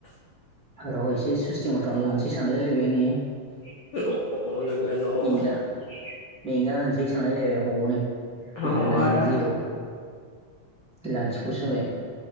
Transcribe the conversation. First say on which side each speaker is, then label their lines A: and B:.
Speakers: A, in the centre; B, on the left.
A: र इसे सस्टिमाव लानोसै सानलायलायबाय आङो
B: औ <unintelligible>
A: मेंगा मेंगा होनसै सानलायलायबाय हनै
B: न'
A: गैला दानिया
B: आदा
A: जिर लाथिखसो जाबाय